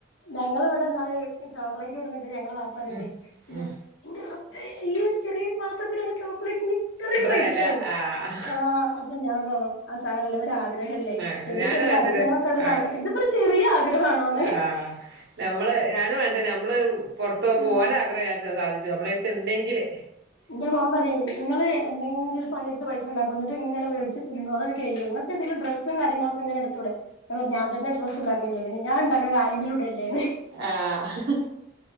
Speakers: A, on the left; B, on the right.
A: ഞങ്ങളിവ്ടെന്നാള് ചോക്ലേറ്റ് കൊട്ന്ന്ട്ട് ഞങ്ങളെ വാപ്പറിണ്ട്
B: ഉം
A: എന്ത
B: ഉം
A: ഇൻ്റെ റബ്ബേ ഈ ഒര് ചെറ്യേ പാത്രത്തില്ള്ള ചോക്ലേറ്റിന് ഇത്രിം
B: ഇത്ര
A: റൈറ്റോ
B: വില ആഹ്
A: ആഹ് അപ്പൊ ഞാൻ പറഞ്ഞ് ആഹ് സാരല്ല ഒരാഗ്രഹല്ലേ
B: അങ്ങനെ
A: ചെറിയ
B: ഞാനും
A: ചെറിയേ
B: അങ്ങൻതന്നെ
A: ആഗ്രഹങ്ങളൊക്കാണ്ട്
B: ആഹ്
A: നടക്കട്ടേ ഇത് ഇത്ര ചെറിയ ആഗ്രഹാണോന്ന്
B: ആഹ് നമ്മള് ഞാനും അങ്ങൻതന്നെ നമ്മള് പൊർത്തോവുമ്പൊ
A: ഉം
B: ഒരാഗ്രഹം ഞാൻ സാധിച്ചു നമ്മളെട്ത്ത്ണ്ടെങ്കില്
A: ഇന്റെ മോൻ പറിം ഇങ്ങള് എന്തെങ്കിലും പണിട്ത്ത് പൈസണ്ടാക്കും ഇന്ന്ട്ട്ങ്ങനെ വേടിച്ച് തിന്നും അതാണ്ട് കയ്യുംങ്ങ ക്കിതില് ഡ്രസും കാര്യങ്ങളൊക്കെങ്ങനെട്ത്തൂടെ ഞാൻ പർഞ്ഞു ഡ്രസ് ണ്ടക്ക്ണില്ലെ പിന്നെ ഞാണ്ടാക്ക്ണത് ആരെങ്കിലുടല്ലേന്ന്
B: ആഹ്